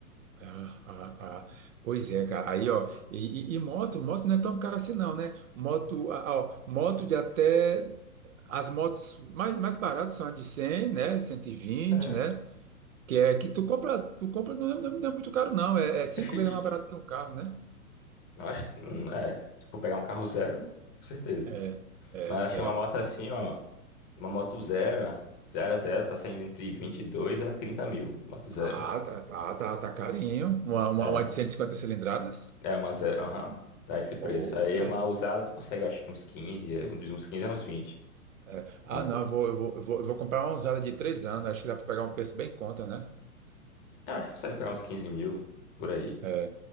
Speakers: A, on the right; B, on the left.
A: Ah, ah, ah. Pois é, cara. Aí, ó, e, e- e moto, moto não é tão cara assim, não, né? Moto, ah, ó, moto de até. As motos mais, mais baratas são a de cem né? cento e vinte
B: É.
A: né? Que é que tu compra, tu compra não é, não é muito caro, não. É,
B: <laughs>
A: é cinco
B: Acho que
A: vezes
B: de-
A: mais barato que um carro, né?
B: eu acho, hum, é, se for pegar um carro zero, com certeza.
A: É, é,
B: Mas eu achei uma moto assim,
A: é.
B: ó, uma moto zero, ah, zero a zero, tá saindo entre 22 a 30 mil, moto zero.
A: Ah, tá, tá, tá, tá carinho. Uma, uma,
B: É,
A: uma de 150 cilindradas.
B: é uma zero, aham, tá esse preço.
A: Oh,
B: Aí
A: é,
B: uma usada tu consegue, acho que uns 15 é, de uns 15 a uns vinte
A: é. Ah,
B: Uma, bo-
A: não, eu vou, eu vou, eu vou, eu vou comprar uma usada de três anos. Acho que dá para pegar um preço bem em conta, né?
B: eu acho que consegue pegar uns 15 mil, por aí.
A: É.